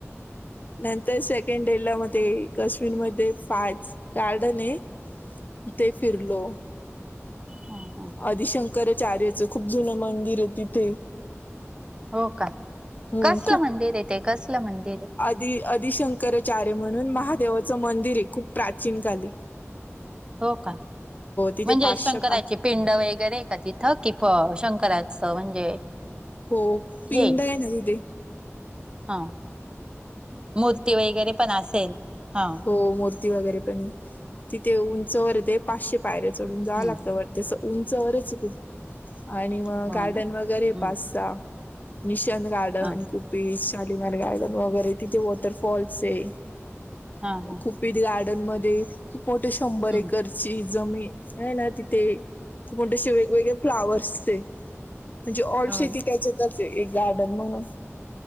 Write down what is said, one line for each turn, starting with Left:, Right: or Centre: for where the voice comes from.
Left: नंतर सेकंड डे ला म ते कश्मीर मध्ये फार्डस गार्डन आहे तिथे फिरलो.
Right: हो हो.
Left: आदिशंकराचार्याचं खूप जुनं मंदिर आहे तिथे.
Right: हो का,
Left: हम्म
Right: कसलं मंदिर आहे ते कसलं मंदिर आहे?
Left: ते आदिशंकराचार्य म्हणून महादेवाचं मंदिर आहे खूप प्राचीनकाली.
Right: हो का
Left: तिथे
Right: म्हणजे
Left: पाचशे
Right: शंकराची
Left: पाच
Right: पिंड वगैरे का तिथ की प शंकराचं म्हणजे
Left: हो पिंड
Right: हे
Left: आहे ना तिथे
Right: हा मूर्ती वगैरे पण असेल. हा.
Left: हो मूर्ती वगैरे पण तिथे उंचावर ते पाचशे पायर्‍या चढून जावं
Right: हं
Left: लागत वर तस उंचवरच आहे खूप आणि मग
Right: हो
Left: गार्डन
Right: ना
Left: वगैरे
Right: हं
Left: पाच, सहा निशान गार्डन,
Right: हा
Left: कुपेश, शालीमार गार्डन वगैरे तिथे वॉटरफॉल्स आहे.
Right: हा हा
Left: खूपीथ गार्डन मध्ये खूप मोठे शंभर
Right: हं
Left: एकर ची जमीन आहे ना तिथे खूप असे वेगवेगळे फ्लावर्स हाय म्हणजे ऑल
Right: हो
Left: शेती
Right: ना
Left: त्याच्यातच आहे एक गार्डन म्हणून